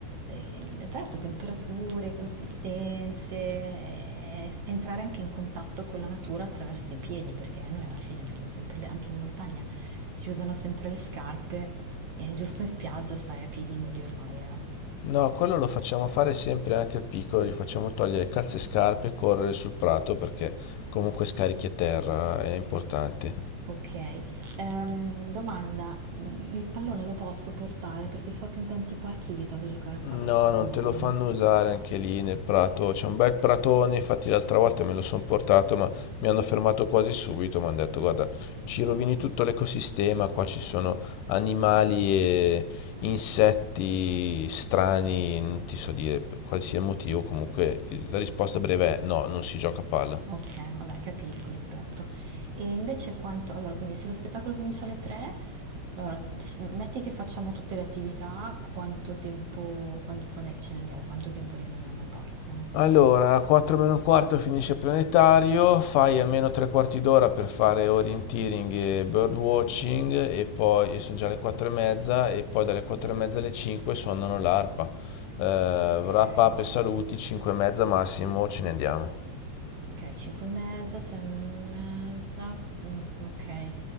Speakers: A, on the right; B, on the left.
A: eh, tra l'altro, temperature, consistenze, eh, s- entrare anche in contatto con la natura attraverso i piedi, perché noi alla fine abbiamo sempre, le- anche in montagna, si usano sempre le scarpe e giusto in spiaggia stai a piedi nudi ormai. eh.
B: No, quello lo facciamo fare sempre anche al piccolo, gli facciamo togliere calze e scarpe e correre sul prato perché comunque scarichi a terra, è importante.
A: Ok, ehm, domanda, il pallone lo posso portare perché so che in tanti parchi è vietato giocare a calcio
B: No, non
A: ormai.
B: te lo fanno usare anche lì nel prato. C'è un bel pratone, infatti l'altra volta me lo sono portato, ma mi hanno fermato quasi subito. Mi hanno detto, guarda, ci rovini tutto l'ecosistema, qua ci sono animali e insetti strani, non ti so dire per qualsiasi motivo. Comunque il- la risposta breve è no, non si gioca a palla.
A: Okay, vabbè capisco, rispetto. E invece quanto allora quindi se lo spettacolo comincia alle 3, allora s metti che facciamo tutte le attività, quanto tempo quan quand'è che ce ne andiamo? Quanto tempo rimaniamo al parco?
B: Allora, a 4 meno un quarto finisce il planetario, fai almeno tre quarti d'ora per fare orienteering e birdwatching e poi e sono già le 4 e mezza e poi dalle 4 e mezza alle 5 suonano l'arpa. Eh,
A: Okay,
B: wrap up e saluti, 5 e mezza massimo, ce ne andiamo.
A: okay 5 e mezza, 6 e mezza, mh, okay.